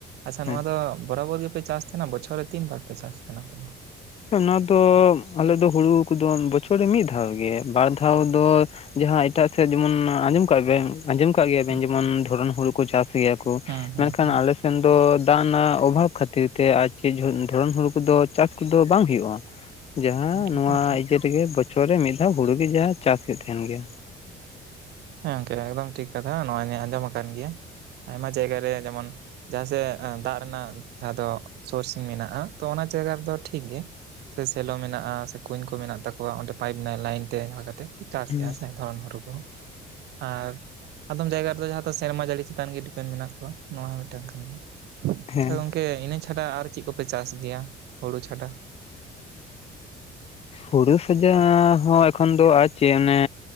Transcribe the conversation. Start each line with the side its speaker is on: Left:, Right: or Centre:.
Right: ᱟᱪᱪᱷᱟ
Left: ᱦᱮᱸ
Right: ᱱᱚᱣᱟ ᱫᱚ ᱵᱚᱨᱟᱵᱚᱨ ᱜᱮᱯᱮ ᱪᱟᱥ ᱛᱟᱦᱮᱱᱟ ᱵᱚᱪᱷᱚᱨ ᱨᱮ ᱛᱤᱱ ᱵᱟᱨ ᱯᱮ ᱪᱟᱥ ᱛᱟᱦᱮᱱᱟ ᱟᱯᱮ ᱫᱚ?
Left: ᱚᱱᱟ ᱫᱚ ᱟᱞᱮ ᱫᱚ ᱦᱩᱲᱩ ᱠᱚᱫᱚ ᱵᱚᱪᱷᱚᱨ ᱨᱮ ᱢᱤᱫ ᱫᱷᱟᱣ ᱜᱮ ᱵᱟᱨ ᱫᱷᱟᱣ ᱫᱚ ᱡᱟᱦᱟᱸ ᱮᱴᱟᱜ ᱥᱮᱫ ᱡᱮᱢᱚᱱ ᱟᱸᱡᱚᱢ ᱠᱟᱜ ᱵᱮᱱ ᱟᱸᱡᱚᱢ ᱠᱟᱜ ᱜᱮᱭᱟ
Right: ᱦᱩᱸ
Left: ᱵᱮᱱ ᱡᱮᱢᱚᱱ ᱫᱷᱚᱨᱚᱱ ᱦᱩᱲᱩ ᱠᱚ ᱪᱟᱥ ᱜᱮᱭᱟ ᱠᱚ
Right: ᱦᱩᱸ ᱦᱩᱸ
Left: ᱢᱮᱱᱠᱷᱟᱱ
Right: ᱦᱩᱸ
Left: ᱟᱞᱮ ᱮᱱ ᱫᱚ ᱫᱟᱜ ᱨᱮᱱᱟᱜ ᱚᱵᱷᱟᱵᱽ ᱠᱷᱟᱹᱛᱤᱨ ᱛᱮ ᱟᱨ ᱪᱮᱫ ᱫᱷᱚᱨᱚᱱ ᱦᱩᱲᱩ ᱠᱚᱫᱚ ᱪᱟᱥ ᱫᱚ ᱵᱟᱝ ᱦᱩᱭᱩᱜᱼᱟ ᱡᱟᱦᱟᱸ
Right: ᱮᱠᱫᱚᱢ
Left: ᱱᱚᱣᱟ
Right: ᱴᱷᱤᱠ
Left: ᱤᱭᱟᱹ ᱜᱮ ᱵᱚᱪᱷᱚᱨ ᱨᱮ ᱢᱤᱫᱷᱟᱣ ᱦᱩᱲᱩ ᱜᱮ ᱡᱟᱦᱟᱸ ᱪᱟᱥ ᱦᱳᱭᱳᱜ ᱛᱟᱦᱮᱱ ᱜᱮᱭᱟ᱾
Right: ᱦᱮᱸ ᱜᱚᱝᱠᱮ ᱮᱠᱫᱚᱢ ᱴᱷᱤᱠ ᱠᱟᱛᱷᱟ ᱱᱚ ᱟᱸᱡᱚᱢ ᱟᱠᱟᱱ ᱜᱮᱭᱟ ᱟᱭᱢᱟ ᱡᱟᱭᱜᱟ ᱨᱮ ᱡᱮᱢᱚᱱ ᱡᱟᱦᱟᱸ ᱥᱮ ᱫᱟᱜ ᱨᱮᱱᱟᱜ ᱡᱟᱦᱟᱸ ᱫᱚ ᱥᱳᱨᱥᱤᱝ ᱢᱮᱱᱟᱜᱼᱟ ᱛᱚ ᱚᱱᱟ ᱡᱟᱭᱜᱟ ᱨᱮᱫᱚ ᱴᱷᱤᱠ ᱜᱮ᱾ ᱥᱮ ᱥᱮᱞᱚ ᱢᱮᱱᱟᱜᱼᱟ ᱥᱮ ᱠᱩᱧ ᱠᱚ ᱢᱮᱱᱟᱜ ᱛᱟᱠᱚᱣᱟ ᱚᱸᱰᱮ ᱯᱟᱭᱤᱯ ᱞᱟᱭᱤᱱ ᱛᱮ ᱧᱮᱞ ᱠᱟᱛᱮᱜ ᱪᱟᱥᱮᱜᱼᱟ
Left: ᱦᱮᱸ
Right: ᱥᱮ ᱫᱷᱚᱨᱚᱱ ᱦᱩᱲᱩ ᱠᱚ ᱟᱨ ᱟᱫᱚᱢ ᱡᱟᱭᱜᱟ ᱨᱮᱫᱚ ᱡᱟᱦᱟᱸ ᱫᱚ ᱥᱮᱨᱢᱟ ᱡᱟᱹᱲᱤ ᱪᱮᱛᱟᱱ ᱜᱮ ᱰᱤᱯᱮᱱᱰ ᱢᱮᱱᱟᱜ ᱠᱚᱣᱟ ᱱᱚᱣᱟ ᱦᱚᱸ ᱢᱤᱫᱴᱟᱱ ᱠᱟᱱ ᱜᱮᱭᱟ᱾
Left: ᱦᱮᱸ
Right: ᱟᱪᱪᱷᱟ ᱜᱚᱝᱠᱮ ᱤᱱᱟᱹ ᱪᱷᱟᱰᱟ ᱟᱨ ᱪᱮᱫ ᱠᱚᱯᱮ ᱪᱟᱥ ᱜᱮᱭᱟ ᱦᱳᱲᱳ ᱪᱷᱟᱰᱟ
Left: ᱦᱩᱲᱩ ᱥᱟᱡᱟ ᱦᱚᱸ ᱮᱠᱷᱚᱱ ᱫᱚ ᱟᱨ ᱪᱮᱫ ᱚᱱᱮ